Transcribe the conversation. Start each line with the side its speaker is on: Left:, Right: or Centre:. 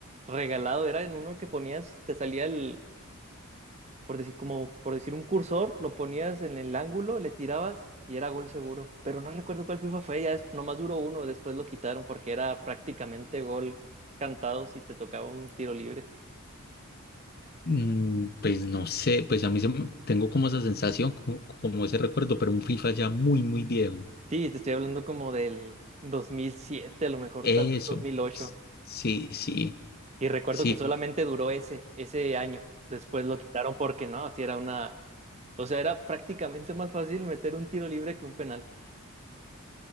Right: regalado. Era en uno que ponías, te salía el, por decir, como por decir un cursor, lo ponías en el ángulo, le tirabas y era gol seguro. Pero no recuerdo cuál FIFA fue, ya es- nomás duró uno, después lo quitaron porque era prácticamente gol cantado si te tocaba un tiro libre.
Left: Mm, Pues no sé, pues a mí se me- tengo como esa sensación, como, como ese recuerdo, pero un FIFA ya muy, muy viejo.
Right: Sí, te estoy hablando como del 2007, a lo mejor
Left: Eso,
Right: tal vez dos mil ocho.
Left: sí, sí,
Right: Y recuerdo
Left: sí,
Right: que solamente duró ese, ese año. Después lo quitaron porque no, así era una... O sea, era prácticamente más fácil meter un tiro libre que un penal.